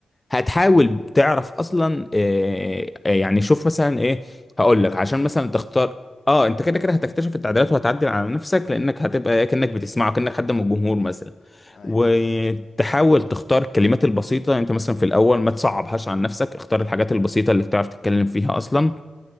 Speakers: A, on the left; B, on the left.
A: هتحاول تعرف اصلا آه، آه، يعني شوف مثلا ايه
B: لو
A: هقول
B: في تعديل
A: لك عشان مثلا تختار اه انت كده كده هتكتشف
B: امم
A: التعديلات وهتعدل على نفسك لانك هتبقى كانك بتسمعه كانك حد من الجمهور مثلا
B: ايوه
A: وتحاول تختار الكلمات البسيطه انت مثلا في الاول ما تصعبهاش عن نفسك اختار الحاجات البسيطه اللي بتعرف تتكلم فيها اصلا